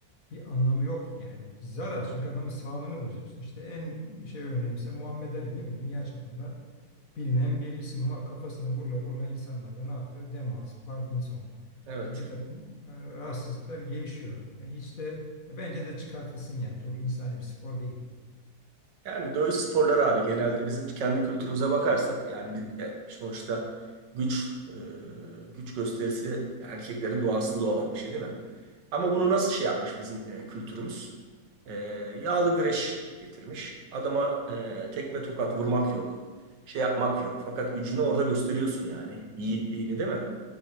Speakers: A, on the left (about 50°); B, on the right (about 75°).
A: bir anlamı yok yani. Zarar çünkü adamın sağlığını bozuyorsun. İşte en şey örneği mesela Muhammed Ali değil mi? Dünya çapında bilinen bir isim ama kafasına vurla vurla insanlar da ne yapıyor? Demans, Parkinson,
B: Evet.
A: işte bir takım e, rahatsızlıklar gelişiyor. Yani işte bence de çıkartılsın yani. Çok insani bir spor değil.
B: Yani dövüş sporları abi genelde bizim kendi kültürümüze bakarsak yani bir- e, sonuçta güç e, güç gösterisi erkeklerin doğasında olan bir şey değil mi? Ama bunu nasıl şey yapmış bizim e, kültürümüz? E, yağlı güreş getirmiş. Adama e, tekme tokat vurmak yok. Şey yapmak yok. Fakat gücünü orada gösteriyorsun yani. Yiğitliğini değil mi?